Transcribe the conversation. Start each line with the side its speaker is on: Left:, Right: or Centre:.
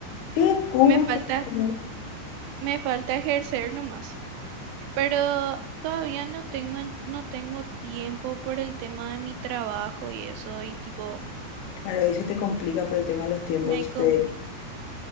Left: Qué cool,
Right: me falta,
Left: qué genial.
Right: me falta ejercer nomás. Pero todavía no tengo, en- no tengo tiempo por el tema de mi trabajo y eso, y tipo,
Left: Claro, ahí se te complica por el tema de los tiempos,
Right: me compi-
Left: de-